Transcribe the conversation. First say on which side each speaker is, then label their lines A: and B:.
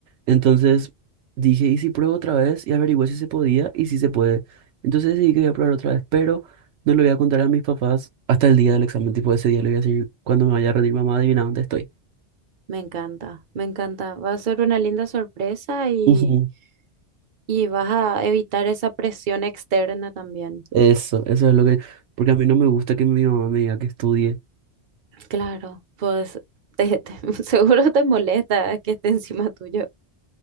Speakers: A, on the right; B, on the right.
A: Entonces dije, ¿y si pruebo otra vez? Y averigüé si se podía y si se puede. Entonces decidí que voy a probar otra vez, pero no le voy a contar a mis papás hasta el día del examen. Tipo, ese día le voy a decir, cuando me vaya a rendir, mamá, adivina dónde estoy.
B: Me encanta, me encanta. Va a ser una linda sorpresa y,
A: Ujú.
B: y vas a evitar esa presión externa también.
A: Eso, eso es lo que... Porque a mí no me gusta que mi mamá me diga que estudie.
B: Claro, pues te- te- <laughs> seguro te molesta que esté encima tuyo.